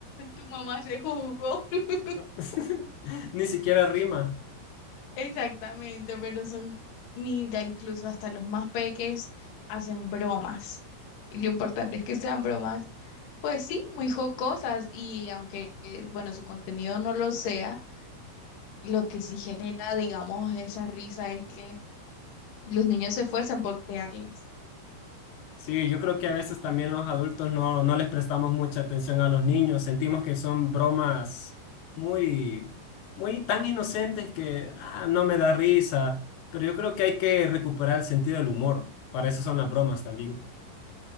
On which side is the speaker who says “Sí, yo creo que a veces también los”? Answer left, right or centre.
Left